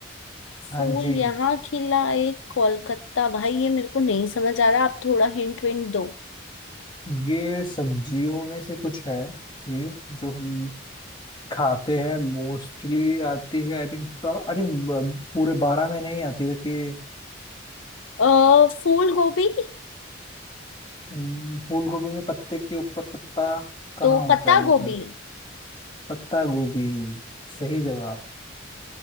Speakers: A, on the left (about 25°); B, on the left (about 75°).
A: हाँ
B: फूल
A: जी
B: यहाँ खिला एक कोलकाता भाई ये मेरे को नहीं समझ आ रहा आप थोड़ा हिंट विंट दो
A: ये सब्जियों में से कुछ है चीज जो हम खाते हैं मोस्टली आती है आई थिंक आई थिंक पूरे बारह में नहीं आती रहती है
B: अ फूल गोभी
A: हम्म, फूल गोभी में पत्ते के ऊपर पत्ता कहाँ
B: तो
A: होता
B: पत्ता
A: है
B: गोभी
A: मतलब पत्ता गोभी सही जवाब